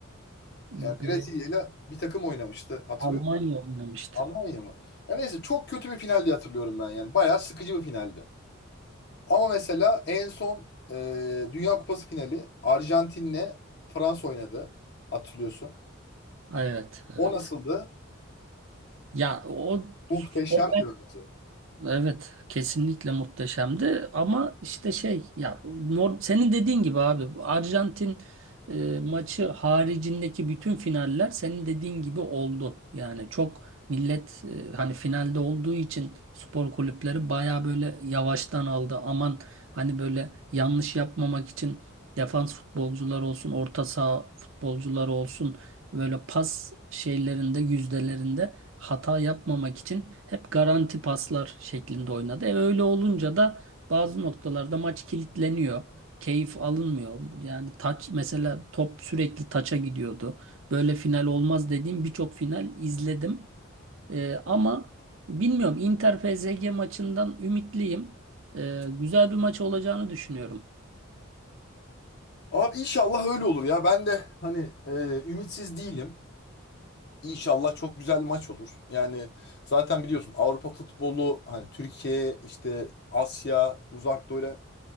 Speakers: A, on the right; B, on the left.
A: Bir
B: Yani Brezilya ile bir takım oynamıştı. Hatırlıyor
A: Almanya
B: musun?
A: oynamıştı.
B: Almanya mı? Ya neyse çok kötü bir final diye hatırlıyorum ben yani. Bayağı sıkıcı bir finaldi. Ama mesela en son e, Dünya Kupası finali Arjantin'le Fransa oynadı. Hatırlıyorsun.
A: Evet, evet.
B: O nasıldı?
A: Ya o
B: Muhteşemdi
A: o
B: bence.
A: Evet, kesinlikle muhteşemdi ama işte şey ya nor- senin dediğin gibi abi Arjantin e, maçı haricindeki bütün finaller senin dediğin gibi oldu. Yani çok millet e, hani finalde olduğu için spor kulüpleri baya böyle yavaştan aldı. Aman hani böyle yanlış yapmamak için defans futbolcular olsun, orta saha futbolcular olsun böyle pas şeylerinde yüzdelerinde hata yapmamak için hep garanti paslar şeklinde oynadı. E öyle olunca da bazı noktalarda maç kilitleniyor. Keyif alınmıyor. Yani taç mesela top sürekli taça gidiyordu. Böyle final olmaz dediğim birçok final izledim. E, ama bilmiyorum Inter PSG maçından ümitliyim. E, güzel bir maç olacağını düşünüyorum.
B: Abi inşallah öyle olur ya. Ben de hani e, ümitsiz değilim. İnşallah çok güzel maç olur. Yani zaten biliyorsun Avrupa futbolu hani Türkiye işte Asya Uzak Doğu'yla